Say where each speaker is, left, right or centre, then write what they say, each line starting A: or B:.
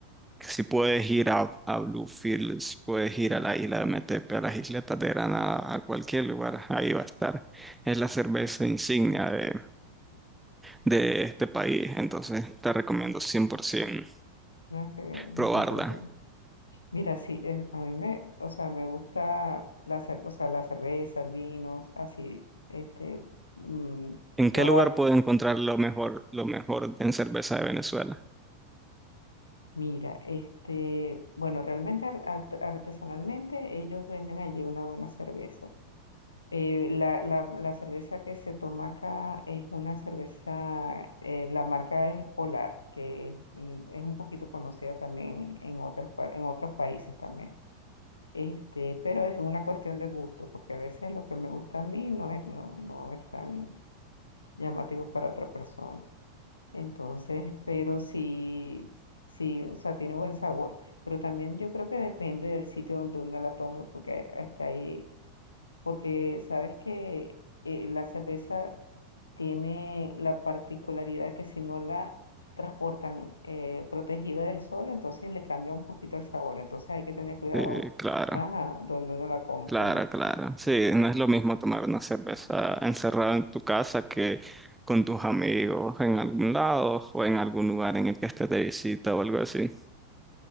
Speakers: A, in the centre; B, on the left.
A: si puedes ir a, a Bluefields, puedes ir a la isla de Metepe, a las isletas de Granada, a cualquier lugar, ahí va a estar. Es la cerveza insignia de, de este país, entonces te recomiendo 100%
B: No, qué bien,
A: probarla.
B: me parece. Mira, sí, es- a mí me, o sea, me gusta la, cer- o sea, la cerveza, el vino, así, este, mm,
A: ¿En
B: probar
A: qué lugar puedo encontrar lo mejor, lo mejor en cerveza de Venezuela?
B: Mira, este, bueno, realmente ar- art- artesanalmente ellos venden allí una buena cerveza. Eh, la, la, la cerveza que se toma acá es una cerveza, eh, la marca es Polar, que mm, es un poquito conocida también en otras, par- en otros países también. Este, pero es una cuestión de gusto, porque a veces lo que me gusta a mí no es, no, no es tan llamativo para otra persona. Entonces, pero sí, sí, o sea, tiene buen sabor. Pero también yo creo que depende del sitio donde uno la tome, porque hasta ahí, porque sabes que eh, la cerveza tiene la particularidad que si no la transportan eh, protegida del sol, entonces le cambia un poquito el sabor. Entonces hay que tener cuidado,
A: Sí, claro.
B: ajá, donde uno la compra,
A: Claro,
B: ¿no?
A: claro. Sí, no es lo mismo tomar una cerveza encerrada en tu casa que con tus amigos en algún lado o en algún lugar en el que estés de visita o algo así.